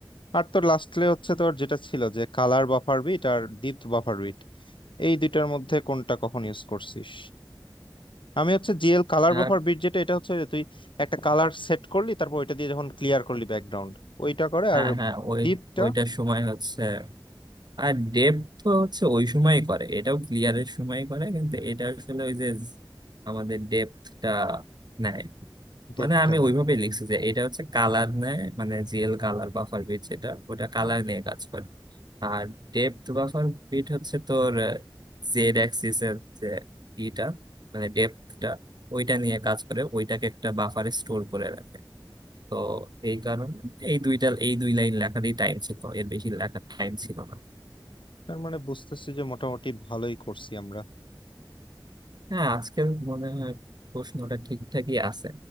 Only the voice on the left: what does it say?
আর তোর লাস্টলি হচ্ছে তোর যেটা ছিল যে কালার বাফার বিট আর ডিপথ বাফার বিট এই দুইটার মধ্যে কোনটা কখন ইউজ করছিস আমি হচ্ছে জিএল কালার
বাফার বিট যেটা এটা হচ্ছে যে তুই একটা কালার সেট করলি তারপর ওইটা দিয়ে যখন ক্লিয়ার করলি ব্যাকগ্রাউন্ড ওইটা করে
আর
ডিপটা
ডেপটা
নেয়
তার মানে বুঝতেছি যে মোটামুটি ভালোই করছি আমরা